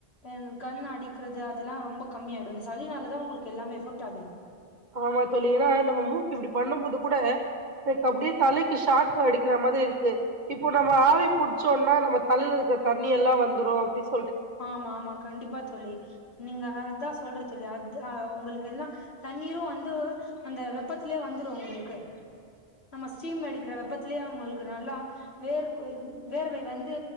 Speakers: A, on the left; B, on the right.
A: ஆ கண் அடிக்கிறது அதெல்லா ரொம்ப கம்மிய ஆகிடு அ இந்த சளினாலதா உங்களுக்கு எல்லாமே எஃபெக்ட் ஆகுது
B: ஆமா தோழி ஏன்னா நம்ம மூக்கு இப்படி பண்ணும் போது கூட எனக்கு அப்படியே தலைக்கு ஷாக்கு அடிக்கிற மாதிரி இருக்கு இப்போ நம்ம ஆவி புடிச்சோம்னா நம்ம தலையில இருக்கிற தண்ணி எல்லா வந்துரு அப்படில்ல
A: ஆமா ஆமா கண்டிப்பா தோழி நீங்க அதா சொல்றது இல்லையா அது உங்களுக்கு எல்லா தண்ணீரு வந்து அந்த வெப்பத்திலயே வந்துரு உங்களுக்கு நம்ம ஸ்டீம் எடுக்கிற வெப்பத்திலயே அவங்களுக்கு நல்லா வேர்க்கு வேர்வை வந்து